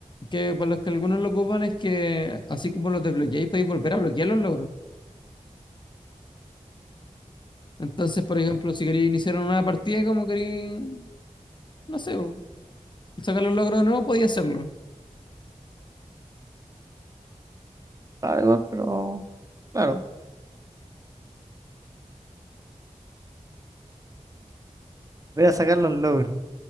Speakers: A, on the left; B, on the right.
A: que para los que algunos lo ocupan, es que así como los desbloqueáis, podéis volver a bloquear los logros. Entonces, por ejemplo, si queréis iniciar una nueva partida, como queréis, no sé, pu, sacar los logros de nuevo podía hacerlo.
B: claro igual, pero claro, voy a sacar los logros.